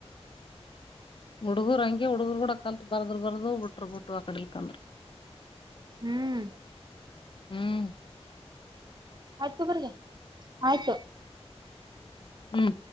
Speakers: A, on the left; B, on the right.
A: ಹುಡುಗರು ಹಂಗೆ ಹುಡುಗರು ಕೂಡ ಕಲ್ತ ಬರ್ದರು ಬರ್ದ ಬಿಟ್ರರು ಬಿಟ್ಟು ಆ ಕಡಲಿಕಂದ್ರ.
B: ಹ್ಮ್,
A: ಹ್ಮ್,
B: ಆಯ್ತ್ ತಗೋರಿ ಆಯ್ತ್
A: ಹ್ಮ್,